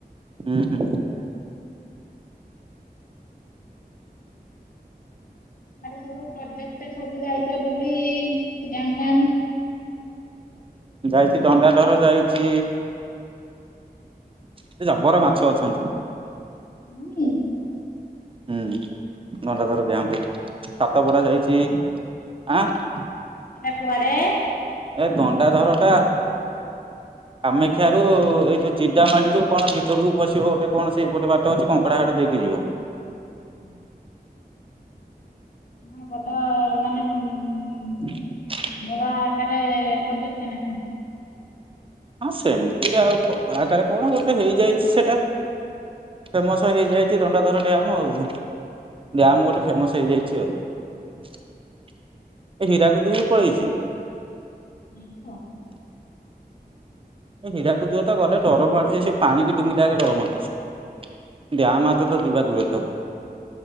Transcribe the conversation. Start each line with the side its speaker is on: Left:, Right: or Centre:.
Right: ହୁଁ ହୁଁ
Left: ହାର ସବୁ ପଯ୍ୟତ ସବୁ ଯାଇଛ ବୁଲି ଡ୍ୟମ ଫିଏମ।
Right: ଯାଇଛି ଦଣ୍ଡାଧର ଯାଇଛି। ସେ ଜବର ମାଛ ଅଛନ୍ତି।
Left: ନି।
Right: ହୁଁ ଦଣ୍ଡାଧର ଡ୍ୟାମ ରେ ସାତ ପଡା ଯାଇଛି। ଆଁ।
Left: ସେଟା କୁଆଡେ।
Right: ଏ ଦଣ୍ଡାଧରଟା କାମାକ୍ଷା ରୁ ଏ ଜିରିଡା ମାଳି ରୁ କଣ ଏଇ ଭିତରକୁ ପଶିବ ଗୋଟେ କଣ ଭିତରକୁ ପଶିବ ଗୋଟେ କଣ ସେଇପଟେ ବାଟ ଅଛି କଙ୍କଡା ହାଡ ଦେଇକି ଯିବ।
Left: ହୁଁ ହୁଁ। କଣ ବଡ ମାନେ। ଉଁ
Right: ହଁ
Left: ବଡ ଆକାରେ ପ୍ରୋଜେଟ ନା କଣ?
Right: ହଁ ସେମିତି ଆଉ ବଡ ଆକାରରେ କଣ ଗୋଟେ ହେଇଯାଇଛି ସେଇଟା ଫେମସ ହେଇଯାଇଛି ଦଣ୍ଡାଧର ଡ୍ୟାମ୍ ଆଉ। ଡ୍ୟାମ ଗୋଟେ ଫେମସ ହେଇଯାଇଛି ଆଉ। ଏ ହୀରାକୁଦୁ କୁ ବି ପଳେଇଛି।
Left: ଏ ତ
Right: ଏ ହୀରାକୁଦୁକୁ ଗଲେ ଡର ମାଡୁଚି ସେ ପାଣି କି ଡୁଙ୍ଗିଲା ଆଗେ ଡର ମାରୁୁଛି। ଡ୍ୟାମ ଆତେ ତ ଯିବା ଦୂରେ ଥାଉ।